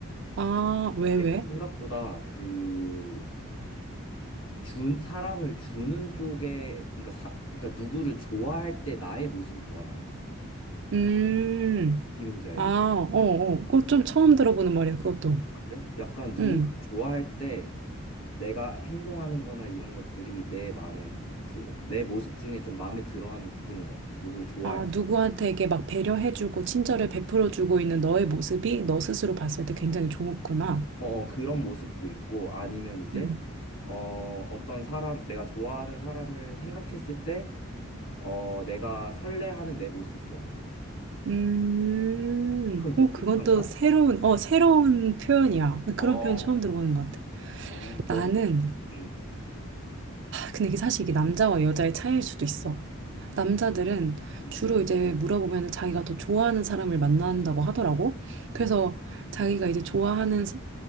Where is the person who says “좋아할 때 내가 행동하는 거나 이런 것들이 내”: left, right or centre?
Left